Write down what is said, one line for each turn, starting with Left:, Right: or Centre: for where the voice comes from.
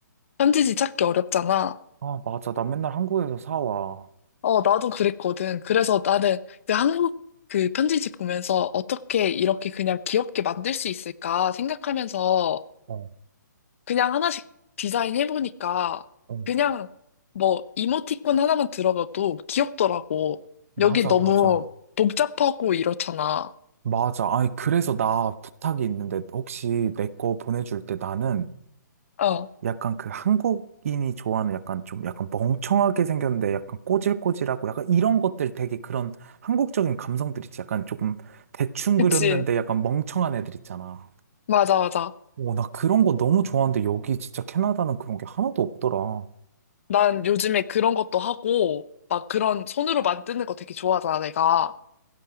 Left: 편지지 찾기 어렵잖아.
Right: 아, 맞아. 나 맨날 한국에서 사와.
Left: 어, 나도 그랬거든. 그래서 나는 그 한국 그 편지지 보면서 어떻게 이렇게 그냥 귀엽게 만들 수 있을까 생각하면서
Right: 어,
Left: 그냥 하나씩 디자인해보니까
Right: 어.
Left: 그냥 뭐 이모티콘 하나만 들어가도 귀엽더라고.
Right: 맞아,
Left: 여기 너무
Right: 맞아.
Left: 복잡하고 이렇잖아.
Right: 맞아. 아니, 그래서 나 부탁이 있는데 혹시 내 거 보내줄 때 나는
Left: 어,
Right: 약간 그 한국인이 좋아하는 약간 좀 약간 멍청하게 생겼는데 약간 꼬질꼬질하고 약간 이런 것들 되게 그런 한국적인 감성들 있지. 약간 조금 대충
Left: 그치.
Right: 그렸는데 약간 멍청한 애들 있잖아.
Left: 맞아, 맞아.
Right: 오, 나 그런 거 너무 좋아하는데 여기 진짜 캐나다는 그런 게 하나도 없더라. 어,
Left: 난 요즘에 그런 것도 하고, 막 그런 손으로 만드는 거 되게 좋아하잖아, 내가.